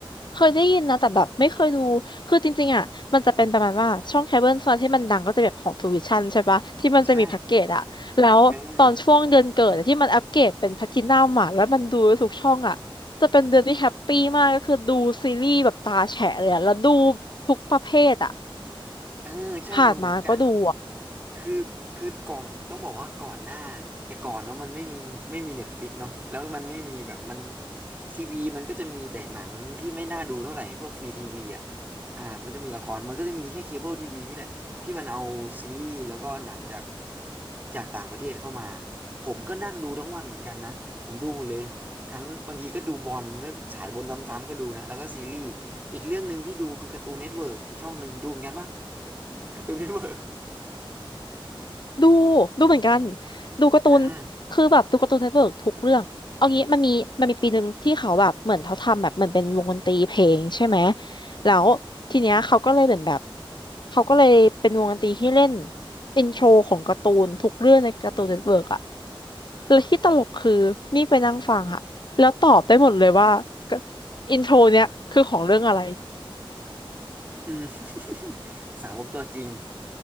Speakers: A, on the left; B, on the right.
A: เคยได้ยินนะแต่แบบไม่เคยดูคือจริงๆอ่ะมันจะเป็นประมาณว่าช่องเคเบิลโซนที่มันดังก็จะแบบของทูวิชั่นใช่ปะที่มันจะมีแพ็กเกจอ่ะแล้วตอนช่วงเดือนเกิดอะที่มันอัปเกรดเป็นแพลทินัมอ่ะแล้วมันดูทุกช่องอ่ะจะเป็นเดือนที่แฮปปี้มากก็คือดูซีรีส์แบบตาแฉะเลยอะแล้วดู
B: ใช่เออ
A: ทุกประเภทอ่ะ
B: เออใช่มันเหมือนกัน
A: ผ่านมาก็ดู
B: คือคือก่อนต้องบอกว่าก่อนหน้าแต่ก่อนเนาะมันไม่มีไม่มีเน็ตฟลิกเนาะแล้วมันไม่มีแบบมันทีวีมันก็จะมีแต่หนังที่ไม่น่าดูเท่าไหร่พวกฟรีทีวีอ่ะอ่ามันก็จะมีละครมันก็จะมีแค่เคเบิลทีวีนี่แหละที่มันเอาซีรีส์แล้วก็หนังจากจากต่างประเทศเข้ามาผมก็นั่งดูทั้งวันเหมือนกันนะผมดูหมดเลยทั้งบางทีก็ดูบอลแล้วสายบนซ้ำๆก็ดูนะแล้วก็ซีรีส์อีกเรื่องหนึ่งที่ดูคือการ์ตูนเน็ตเวิร์กอีกช่องหนึ่งดูเหมือนกันปะ การ์ตูนเน็ตเวิร์ก
A: ดูดูเหมือนกันดูการ์ตูน
B: อ่า
A: คือแบบดูการ์ตูนเน็ตเวิร์กทุกเรื่องเอางี้มันมีมันมีปีหนึ่งที่เขาแบบเหมือนเขาทำแบบเหมือนเป็นวงดนตรีเพลงใช่ไหมแล้วทีเนี้ยเขาก็เลยเหมือนแบบเขาก็เลยเป็นวงดนตรีที่เล่นอินโทรของการ์ตูนทุกเรื่องในการ์ตูนเน็ตเวิร์กอะแล้วที่ตลกคือนี่ไปนั่งฟังค่ะแล้วตอบได้หมดเลยว่าอินโทรเนี้ยคือของเรื่องอะไร
B: อืม <laughs> สาวกตัวจริง